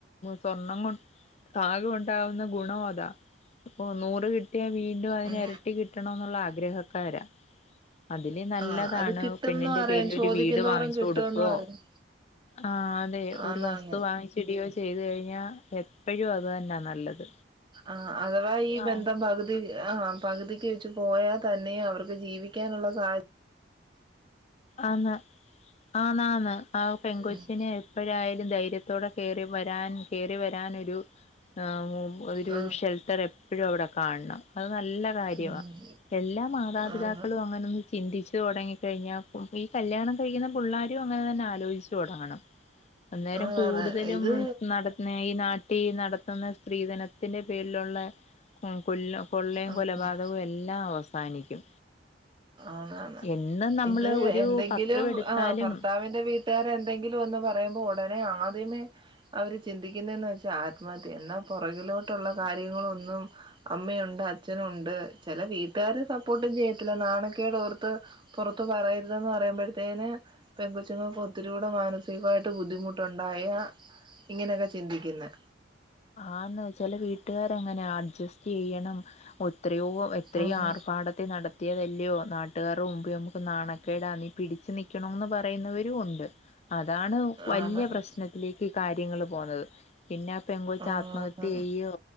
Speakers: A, on the left (about 35°); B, on the right (about 25°).
A: സ്വർണം കൊണ്ട്. കാകേ ഉണ്ടാവുന്ന ഗുണം അതാ ഓ നൂറ് കിട്ടിയ വീണ്ടും അതിന്
B: ഉം
A: ഇരട്ടി കിട്ടണന്നുള്ള ആഗ്രഹക്കാര അതില് നല്ലതാണ്
B: ആ അത് കിട്ടുംന്ന്
A: പെണ്ണിന്റെ
B: പറയും
A: പേരിലൊരു
B: ചോദിക്കുന്തോറും
A: വീട് വാങ്ങിച്ചു
B: കിട്ടുംന്ന്
A: കൊടുക്കുവോ
B: പറയും
A: ആ അതെ ഒരു
B: ആന്നാന്ന്
A: വസ്തു വാങ്ങിച്ചിടിയോ ചെയ്തു കഴിഞ്ഞാ എപ്പഴും അത് തന്നാ നല്ലത്.
B: ആ അഥവാ ഈ
A: ആ
B: ബന്ധം പകുതി ആഹ് പകുതിക്ക് പോയാ തന്നെ അവർക്ക് ജീവിക്കാനുള്ള സാ
A: ആന്ന ആന്നന്ന ആ പെൺകൊച്ചിന്
B: ഉം
A: എപ്പോഴായാലും ധൈര്യ ത്തോടെ കേറി വരാൻ കേറിവരാനൊരു അ ഒരു
B: ആ
A: ഷെൽട്ടർ എപ്പോ പ്പോഴു അവിടെ കാണണം അത് നല്ല കാര്യമാ.
B: ഉം
A: എല്ലാ മാതാപിതാക്കളും
B: ആന്ന്
A: അങ്ങനൊന്ന് ചിന്തിച്ചൊടങ്ങികഴിഞ്ഞാ ഈ കല്യാണം കഴിക്കുന്ന പുള്ളോരും അങ്ങനെതന്നെ ആലോയ്ചൊടങ്ങണം അന്നേരം
B: ആ
A: കൂടുതലും
B: അതെ ഇത്
A: നടന്ന ഈ നാ ട്ടി നടത്തുന്ന സ്ത്രീധനത്തിന്റെ പേരിലുള്ള കൊല്ല കൊള്ളയും
B: ആ
A: കൊലപാതകവും എല്ലാ അവസാനിക്കും.
B: ആന്നാന്ന്
A: എന്നും നമ്മള്
B: ഇത്
A: ഒരു
B: എന്തെങ്കിലും
A: പത്രം എടുത്താലും
B: ആ ഭർത്താവിന്റെ വീ ട്ടാരെന്തെങ്കിലൊന്ന് പറയുമ്പോ ഉടനെ ആദ്യമേ അവര് ചിന്തിക്കുന്നന്ന് വെച്ചാ ആത്മഹത്യ എന്നാ പുറകിലോട്ടുള്ള കാര്യങ്ങളോന്നും അമ്മയുണ്ട് അച്ഛനുണ്ട് ചില വീട്ടുകാര് സപ്പോ ട്ട് ചെയ്യത്തില്ല നാണക്കേടോർത്ത്. പുറത്ത് പറയരുതെന്ന് പറയുമ്പോഴത്തേന് പെങ്കൊച്ചുങ്ങൾക്ക് ഒത്തിരി കൂടെ മാനസികമായിട്ട് ബുദ്ധിമുട്ടുണ്ടാ യ ഇങ്ങനൊക്കെ ചിന്തിക്കുന്നെ
A: ആന്ന് ചെല വീട്ടുകാരങ്ങനെ അഡ്ജസ്റ്റ് ചെയ്യണം ഒ എത്രയോ എത്രയോ
B: ഉം
A: ആർഭാടത്തിൽ നടത്തിയതെല് ല്ലോ നാട്ടുകാരുമ്പി നമുക്ക് നാണക്കേടാ നീ പിടിച്ച് നിക്കണന്ന് പറയുന്നവരും ഒണ്ട്. അതാണ് വല്യ
B: ആന്നാന്ന്
A: പ്രശ്നത്തിലേക്ക് കാര്യങ്ങൾ പോകുന്നത് പിന്നെ പെങ്കൊച്ച്
B: ആന്നാന്ന്
A: ആത്മത്യ ചെയ്യോ